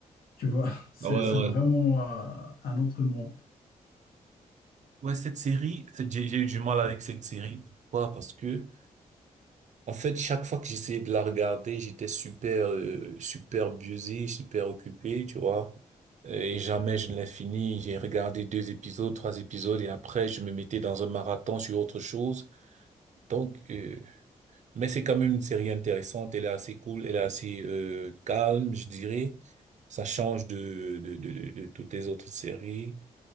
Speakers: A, on the left (about 75°); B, on the right (about 50°).
A: Tu vois, <laughs> c'est,
B: ah ouais,
A: c'est vraiment
B: ouais.
A: euh, un autre monde.
B: Ouais, cette série, cette- j'ai j'ai eu du mal avec cette série. Pourquoi? Parce que, En fait, chaque fois que j'essayais de la regarder, j'étais super, euh, super busy, super occupé, tu vois. Et jamais je ne l'ai fini. J'ai regardé deux épisodes, trois épisodes, et après, je me mettais dans un marathon sur autre chose. Donc, euh, mais c'est quand même une série intéressante. Elle est assez cool, elle est assez euh, calme, je dirais. Ça change de, de, de, de- de toutes les autres séries,